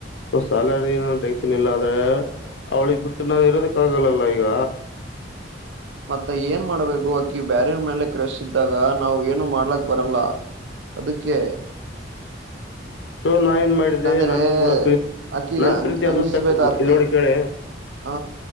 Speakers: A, on the left; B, on the right.
A: ಸ್ಯಾಲರಿ ಏ ಟೆನ್ಷನ್ ಇಲ್ಲ ಆದ್ರೆ ಅವ್ಳಿಗೆ ಬಿಟ್ಟು ನಾನು ಇರೋದಕ್ಕ ಆಗಲ್ಲಲ್ಲ ಈಗ
B: ಮತ್ತ ಏನ್ ಮಾಡ್ಬೇಕು ಅಕ್ಕಿ ಬ್ಯಾರ್ ಮೇಲೆ ಕ್ರಶ್ ಇದ್ದಾಗ ನಾವ್ ಏನು ಮಾಡ್ಲಕ್ ಬರಲ್ಲ ಅದಕ್ಕೆ
A: ಸೊ ನಾ ಏನ್ ಮಾಡಿದ್ದೆ
B: ಇಲ್ಲಾಂದ್ರೆ
A: ನನ್ ಕೂಡ ಪ್ರೀತಿ
B: ಆಕಿಗ
A: ನನ್
B: ಅಂ
A: ಪ್ರೀತಿ ಅ
B: ಅಂಜಿಸ್ಬೇಕಾತ್
A: ಸಕ್ಸಸ್ ಇಲ್ಲಿ ನೋಡಿ ಕೇಳ.
B: ಹ